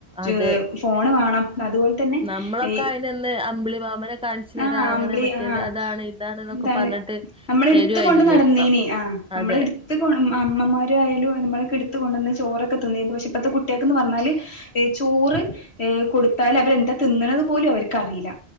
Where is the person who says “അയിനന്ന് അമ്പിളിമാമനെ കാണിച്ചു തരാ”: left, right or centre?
Centre